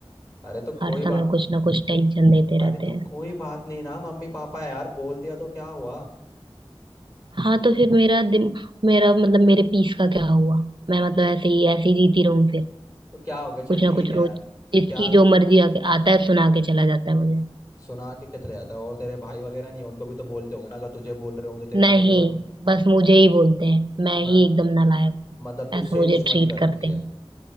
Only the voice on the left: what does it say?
अरे तो कोई
बात
अरे
तो
कोई बात नहीं ना मम्मी पापा है यार बोल दिया तो क्या हुआ
तो क्या हो गया चल
ठीक
है
क्या
सुना के क्या चले जाता है और तेरे भाई वगैरह नहीं है उनको भी तो बोलते होंगे ना अगर तुझे बोल रहे होंगे तो तेरे
भाइयों को भी
मतलब
मतलब तुझसे
ही दुश्मनी
कर
रखी है